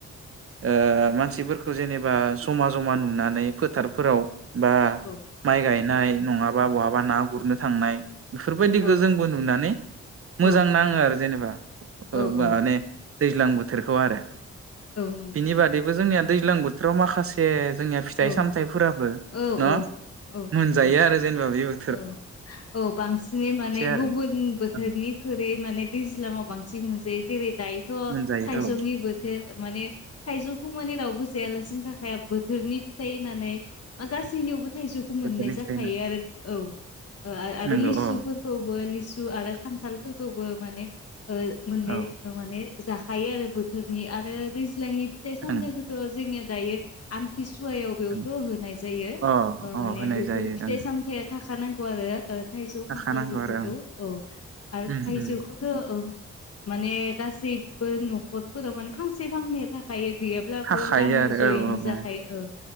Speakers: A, on the right; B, on the left.
A: ओ मानसिफोरखौ जेनेबा जमा जमा नुनानै फोथारफोराव बा
B: औ
A: माइ गाय नाय नङाबा बहाबा ना गुरनो थांनाय बेफोरबायदिखौ
B: औ
A: जोंबो नुनानै मोजां
B: औ
A: नाङो आरो जेनेबा <unintelligible>
B: औ
A: माने
B: औ
A: दैज्लां बोथोरखौ आरो।
B: औ नंगौ
A: बिनि बादैबो जोंनिया दैज्लां बोथोराव माखासे ए जोंनिया फिथाइ
B: औ
A: सामथाइफोराबो
B: औ
A: न
B: औ औ
A: मोनजायो
B: नंगौ
A: आरो जेनेबा बे बो
B: औ औ बांसिनै माने
A: आरो
B: गुबुन बोथोरनिख्रुइ
A: औ
B: माने दैज्लाङाव बांसिन मोनजायो जेरै दा थ
A: मोनजायो
B: थाइजौनि
A: औ
B: बोथोर माने थायजौखौ माने रावबो जायालासिनो थाखाया बो थोरनि थाइ होनानै आ गास सिनियावबो थाइजौखौ मोननाय
A: बोथोरनि
B: जाखायो
A: फिथाइ
B: आरो औ आ आरो
A: नंगौ
B: लिसुफोरखौबो
A: औ
B: लिसु आरो खान्थाल फोरखौबो माने ओ मोननै
A: औ
B: माने जाखायो आरो बोथोरनि आरो दैज्लांनि फिथाइ सामथाय
A: ओं
B: खौथ जोंनिया दायो आमथि सुवायाव बेयावथ'
A: ओं
B: होनाय जायो
A: अ
B: ओ
A: अ
B: माने
A: होनाय
B: बेफोर
A: जायो
B: फिथाइ
A: ओं
B: सामथाय थाखा नांगौ आरो ओ थाइजौ
A: थाखानांगौ
B: खान्थाल बेफोरखौ
A: आरो ओं
B: औ आरो थाइजौखौथ'
A: उम उम
B: औ। माने गासैबो न'खरफोराव माने फांसे फांनै थाखायो। गैयाब्लाबो
A: थाखायो
B: गामियाव
A: आरो
B: जयैनो
A: औ औ
B: जाखायो
A: औ
B: ओ